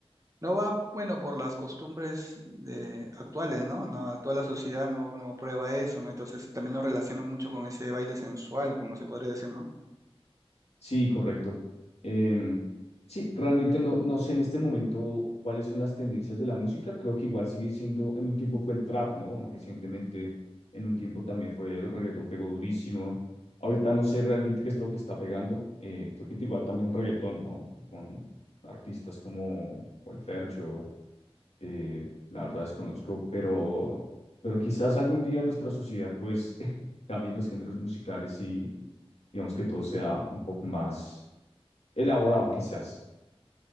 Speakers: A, on the right; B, on the left.
A: no va, bueno, por las costumbres de actuales, ¿no? No, toda la sociedad no, no prueba eso, ¿no? Entonces también lo relacionan mucho con ese baile sensual, como se podría decir, ¿no?
B: Sí, correcto. Em, sí, realmente no, no sé en este momento cuáles son las tendencias de la música. Creo que igual sigue siendo, en un tiempo fue el trap, ¿no? Recientemente, en un tiempo también fue el reggaetón pegó durísimo. Ahorita no sé realmente qué es lo que está pegando. eh, creo que igual también reggaetón, ¿no? Con artistas como, como el Fercho, eh, la verdad desconozco, pero, pero quizás algún día en nuestra sociedad pues <laughs> cambien los géneros musicales y digamos que todo sea un poco más elaborado quizás.